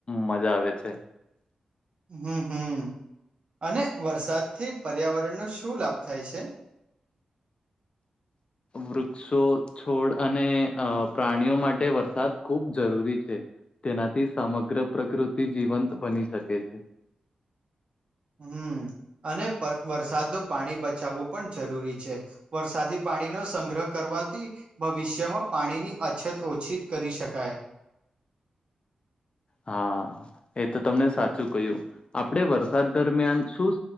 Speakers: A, on the left; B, on the right.
A: મજા આવે છે.
B: હમ્મ હમ્મ અને વરસાદથી પર્યાવરણનો શું લાભ થાય છે.
A: વૃક્ષો છોડ અને અ પ્રાણીઓ માટે વરસાદ ખૂબ જરૂરી છે. તેનાથી સમગ્ર પ્રકૃતિ જીવંત બની શકે છે.
B: હમ્મ અને વરસાદનું પાણી બચાવવું પણ જરૂરી છે. વરસાદી પાણીનો સંગ્રહ કરવાથી ભવિષ્યમાં પાણીની અછત ઓછી કરી શકાય.
A: હા એ તો તમને સાચું કહ્યું, આપડે વરસાદ દરમિયાન શું